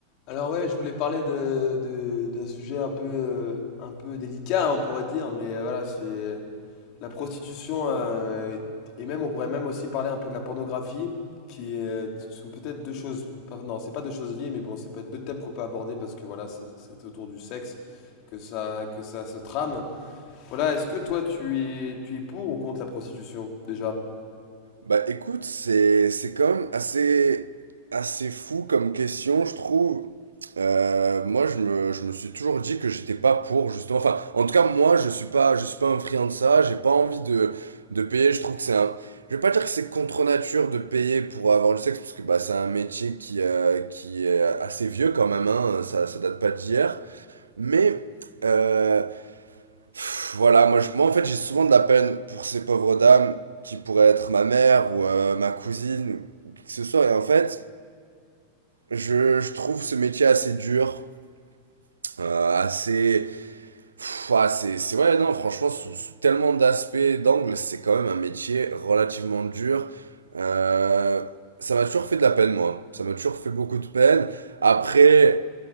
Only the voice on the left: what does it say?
Alors ouais, je voulais parler de, de- d'un sujet un peu, euh, un peu délicat, hein, on pourrait dire, mais euh, voilà, c'est la prostitution, euh, et même on pourrait même aussi parler un peu de la pornographie, qui euh, sont peut-être deux choses, pas- non, c'est pas deux choses liées, mais bon, c'est peut-être deux thèmes qu'on peut aborder parce que voilà, c'est c'est autour du sexe que ça, que ça se trame. Voilà, est-ce que toi tu es, tu es pour ou contre la prostitution, déjà?